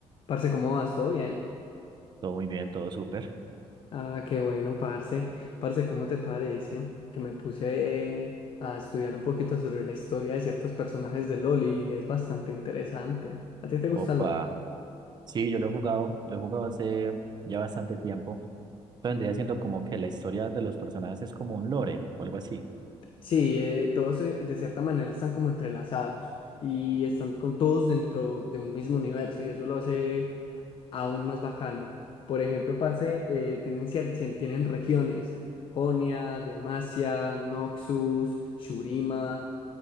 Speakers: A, on the left (about 50°); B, on the right (about 40°).
A: Parce, ¿cómo vas? ¿Todo bien?
B: Todo muy bien, todo súper.
A: Ah, qué bueno, parce. Parce, ¿cómo te parece que me puse eh, a estudiar un poquito sobre la historia de ciertos personajes de LOL y es bastante interesante? ¿A ti te gusta
B: Opa.
A: LOL?
B: Sí, yo lo he jugado, lo he jugado hace ya bastante tiempo. entonces Vendría siendo como que la historia de los personajes es como un lore o algo así.
A: Sí, eh, todos eh, de cierta manera están como entrelazados y están con todos dentro de un mismo universo y eso lo hace aún más bacano. Por ejemplo, parce, eh, tienen, cier- cien- tienen regiones. Jonia, Demacia, Noxus, Shurima.